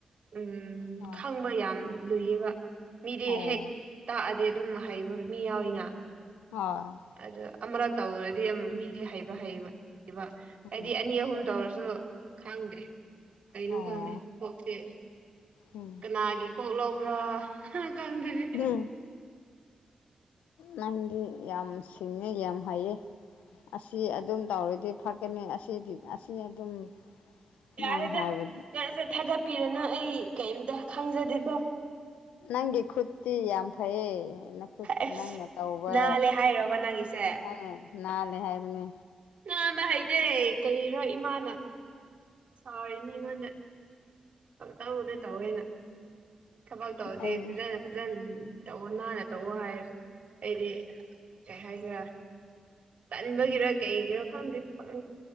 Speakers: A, on the right; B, on the left.
A: ꯎꯝ
B: ꯑꯥ
A: ꯈꯪꯕ ꯌꯥꯝ ꯂꯨꯏꯌꯦꯕ ꯃꯤꯗꯤ
B: ꯑꯣ
A: ꯍꯦꯛ ꯇꯥꯛꯑꯗꯤ ꯑꯗꯨꯝ ꯍꯥꯏꯕ ꯃꯤ ꯌꯥꯎꯋꯦꯗꯅ
B: ꯍꯣꯏ
A: ꯑꯗꯨ ꯑꯃꯔꯛ ꯇꯧꯔꯗꯤ ꯑꯗꯨꯝ ꯃꯤꯗꯤ ꯍꯩꯕ ꯍꯩꯕ ꯍꯩꯕ
B: ꯎꯝ
A: ꯑꯩꯗꯤ ꯑꯅꯤ ꯑꯍꯨꯝ ꯇꯧꯔꯁꯨ ꯈꯪꯗꯦ ꯀꯩꯅꯣ
B: ꯑꯣ
A: ꯈꯪꯉꯦ ꯑꯣꯛꯁꯦ
B: ꯎꯝ
A: ꯅꯥꯒꯤ ꯀꯣꯛ ꯂꯧꯕ꯭ꯔꯥ ꯈꯪꯗ꯭ꯔꯤ
B: ꯎꯝ ꯅꯪꯗꯤ ꯌꯥꯝ ꯁꯤꯡꯉꯦ ꯌꯥꯝ ꯍꯥꯏꯌꯦ ꯑꯁꯤ ꯑꯗꯨꯝ ꯇꯧꯔꯗꯤ ꯐꯀꯅꯤ ꯑꯁꯤꯗꯤ ꯑꯁꯤ ꯑꯗꯨꯝ ꯅꯪ
A: ꯌꯥꯔꯦꯗ
B: ꯍꯥꯏꯕ
A: ꯀꯩꯁꯨ ꯊꯥꯒꯠꯄꯤꯔꯅꯣ ꯑꯩ ꯀꯩꯝꯇ ꯈꯪꯖꯗꯦꯀꯣ
B: ꯅꯪꯒꯤ ꯈꯨꯠꯇꯤ ꯌꯥꯝ ꯐꯩꯌꯦ
A: ꯑꯁ
B: ꯅꯪꯅ ꯇꯧꯕ
A: ꯅꯥꯜꯂꯦ ꯍꯥꯏꯔꯕ ꯅꯪꯒꯤꯁꯦ
B: ꯍꯥꯏ ꯅꯥꯜꯂꯦ ꯍꯥꯏꯕꯅꯤ
A: ꯅꯥꯥꯟꯃ ꯍꯥꯏꯩꯗꯦ ꯀꯔꯤꯔꯣ ꯏꯃꯥꯅ ꯁꯅꯤꯉꯣꯟꯗ ꯇꯧꯗꯤ ꯇꯧꯋꯦꯅ ꯊꯕꯛ ꯇꯧꯗꯤ
B: ꯑꯩ
A: ꯐꯖꯅ ꯐꯖꯅ ꯇꯧꯑꯣ ꯅꯥꯟꯅ ꯇꯧꯑꯣ ꯍꯥꯏꯔ ꯑꯩꯗꯤ ꯀꯩ ꯍꯥꯏꯁꯤꯔ ꯀꯟꯕꯒꯤꯔ ꯀꯩꯒꯤꯔꯥ ꯈꯪꯗꯦ ꯄꯪ